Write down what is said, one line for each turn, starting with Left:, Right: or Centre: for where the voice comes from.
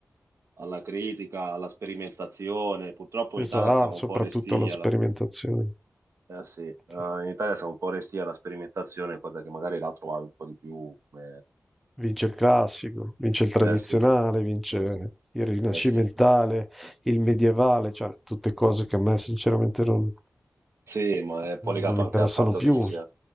Right: alla critica, alla sperimentazione. Purtroppo
Centre: pesa
Right: in Italia siamo
Centre: soprattutto
Right: un po' restii
Centre: alla sperimentazione.
Right: alla... eh, sì, eh, in
Centre: Sì.
Right: Italia siamo un po' restii alla sperimentazione, cosa che magari là trovavi un po' di più come...
Centre: Vince il classico, vince il tradizionale,
Right: Eh sì,
Centre: vince il rinascimentale,
Right: eh sì.
Centre: il medievale, cioè tutte cose che a me sinceramente non,
Right: Sì, ma è un po' legato
Centre: non mi
Right: anche
Centre: interessano
Right: al fatto che
Centre: più.
Right: ci sia,